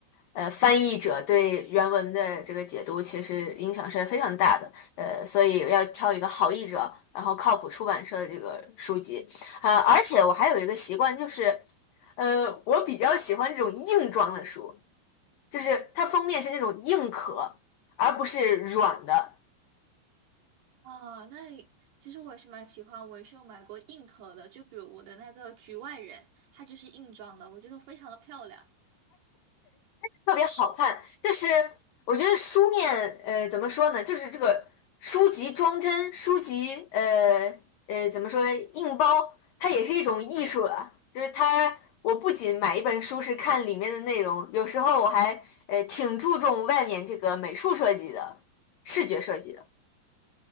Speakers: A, on the left; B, on the right.
A: 呃翻译者对原文的这个解读其实影响是非常大的，呃，所以要挑一个好译者，然后靠谱出版社的这个书籍，啊、呃，而且我还有一个习惯就是，呃，我比较喜欢这种硬装的书，就是它封面是那种硬壳。而不是软的，
B: 啊，那里其实我也是蛮喜欢，我也是有买过硬壳的，就比如我的那个局外人，它就是硬装的，我觉得非常的漂亮。
A: 特别好看，就是我觉得书面，呃，怎么说呢，就是这个书籍装帧，书籍，呃呃，怎么说，硬包，它也是一种艺术了。就是它，我不仅买一本书是看里面的内容，有时候我还，呃，挺注重外面这个美术设计的，视觉设计的。